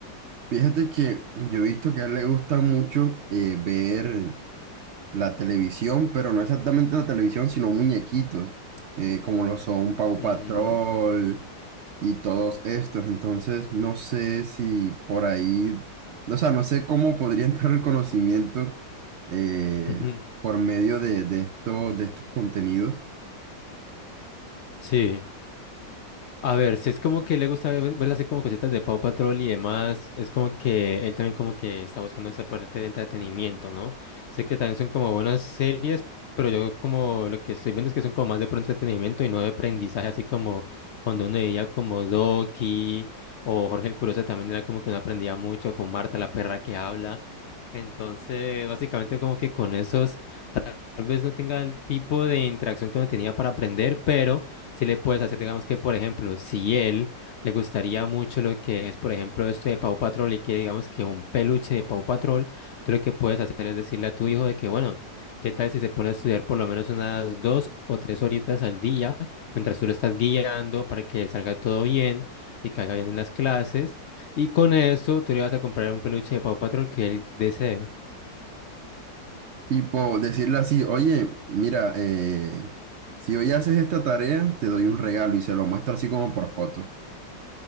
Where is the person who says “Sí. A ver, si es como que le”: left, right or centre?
Left